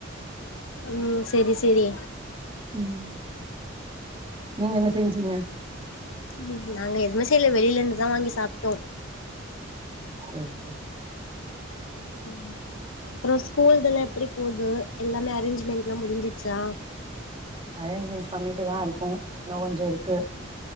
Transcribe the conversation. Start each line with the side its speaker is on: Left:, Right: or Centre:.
Left: ம் செரி செரி
Right: ம் நீங்க என்ன செஞ்சீங்க
Left: ம் நாங்க எதுவுமே செய்ல வெளில இருந்துதா வாங்கி சாப்ட்டோ
Right: ம் செரி
Left: ம் அப்புறோ ஸ்கூல் இதெல்லா எப்டி போது எல்லாமே அரேஞ்ச்மெண்ட்ல்லா முடிஞ்சிருச்சா
Right: அரேஞ்ச்மெண்ட்ஸ் பண்ணிட்டுதா இருக்கோ இன்னு கொஞ்சோருக்கு